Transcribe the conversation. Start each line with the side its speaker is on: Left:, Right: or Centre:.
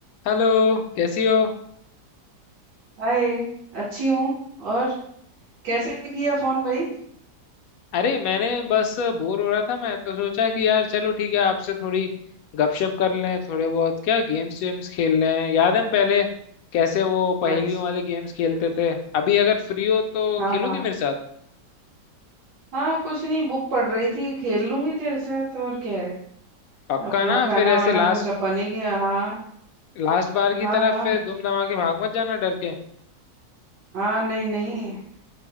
Left: हेलो कैसी हो
Right: हाय अच्छी हूँ और कैसे किया फोन भाई
Left: अरे मैंने बस बोर हो रहा था मैं तो सोचा कि यार चलो ठीक है आपसे थोड़ी गपशप कर लें थोड़े बहुत क्या गेम्स वेम्स खेल लें याद है हम पहले कैसे वो पहेलियों
Right: अच्छा
Left: वाले गेम्स खेलते थे अभी अगर फ्री हो तो
Right: हाँ
Left: खेलोगी
Right: हाँ
Left: मेरे साथ
Right: हाँ कुछ नहीं बुक पढ़ रही थी खेल लूंगी तेरे साथ और क्या है
Left: पक्का
Right: अपना
Left: ना
Right: खाना
Left: फिर ऐसे
Right: वाना
Left: लास्ट
Right: तो सब बन ही गया हाँ
Left: लास्ट बार की
Right: हाँ
Left: तरफ
Right: हाँ
Left: फिर दुम दमा के भाग मत जाना डर के
Right: हाँ नहीं नहीं